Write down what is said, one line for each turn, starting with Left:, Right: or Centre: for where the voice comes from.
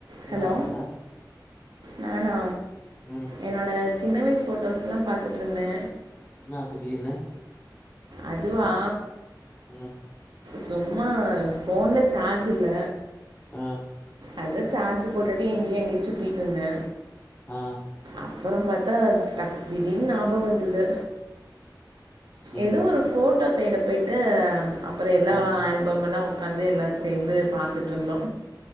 Left: என்னடா
Right: ஹலோ
Left: பண்ற
Right: நானா
Left: ம்
Right: என்னோட சின்ன வய்சு ஃபோட்டோஸ்லா பாத்துட்ருந்தே
Left: இன்னா திடீர்னு
Right: அதுவா
Left: ம்
Right: சும்மா ஃபோன்ல சார்ஜ் இல்ல
Left: ஆ
Right: அதுதா சார்ஜ் போட்டுட்டு இங்கியு அங்கியு சுத்திட்ருந்தே
Left: ஆ
Right: அப்பறோ பாத்தா டக் திடீர்னு ஞாபகோ வந்துது
Left: செரி
Right: எதோ ஒரு ஃபோட்டோ தேட போய்ட்டு அப்றோ எல்லா
Left: ஆ
Right: ஆல்பம் எல்லா ஓ ஒக்காந்து எல்லாரு சேந்து பாத்துட்ருந்தோ